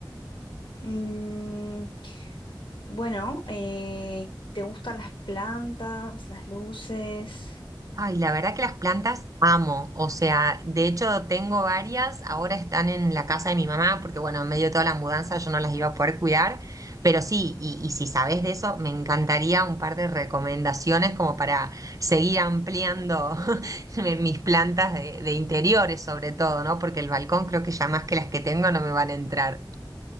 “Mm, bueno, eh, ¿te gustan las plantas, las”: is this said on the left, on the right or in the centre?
Left